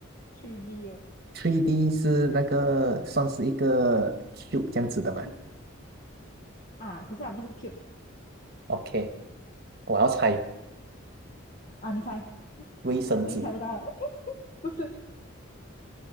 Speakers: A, on the left; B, on the right.
A: ，3D 的
B: ，3D 是那个算是一个 cube 这样子的嘛
A: 一个啊，可是它不是 Q
B: ？OK，我要猜
A: 啊，你猜，
B: 卫生纸。
A: 肯定猜不到了，<laughs> 不是